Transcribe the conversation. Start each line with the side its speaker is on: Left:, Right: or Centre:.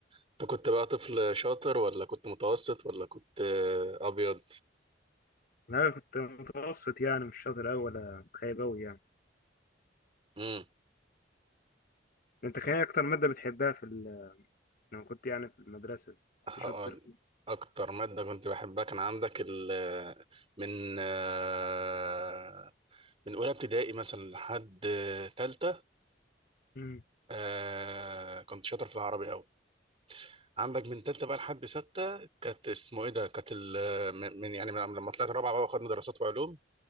Right: أنت كنت بقى طفل شاطر ولا كنت متوسط ولا كنت آه أبيض؟
Left: لا كنت متوسط يعني مش شاطر أوي ولا خايب أوي يعني
Right: امم
Left: انت كان إيه اكتر ماده بتحبها في ال... لما كنت يعني في المدرسه كنت
Right: هقول
Left: شاطر فيها
Right: أكتر مادة كنت بحبها كان عندك ال من آه من أولى ابتدائي مثلا لحد تالتة
Left: مم.
Right: آه كنت شاطر في العربي أوي عندك من تالتة بقى لحد ستة كانت اسمه ايه ده كانت ال- من من- يعني من لما طلعت رابعة بقى واخدنا دراسات وعلوم